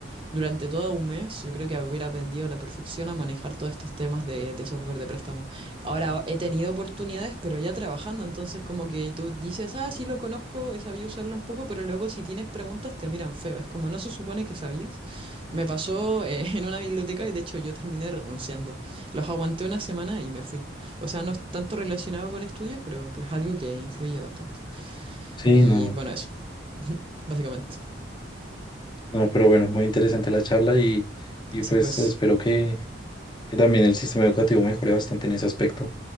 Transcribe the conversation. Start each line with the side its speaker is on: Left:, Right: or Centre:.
Right: durante todo un mes, yo creo que hubiera aprendido a la perfección a manejar todos estos temas de, de software de préstamo. Ahora he tenido oportunidades, pero ya trabajando, entonces como que tú dices, ah, sí lo conozco, he sabido usarlo un poco, pero luego si tienes preguntas te miran feo, es como no se supone que sabías. Me pasó eh, <laughs> en una biblioteca y de hecho yo terminé renunciando. Los aguanté una semana y me fui. O sea, no es tanto relacionado con estudio, pero pues algo que influye bastante.
Left: Sí,
Right: Y
Left: no,
Right: bueno, eso, <laughs> básicamente.
Left: no, pero bueno, muy interesante la charla y, y
Right: Sí,
Left: pues
Right: pues.
Left: espero que, que también el sistema educativo mejore bastante en ese aspecto.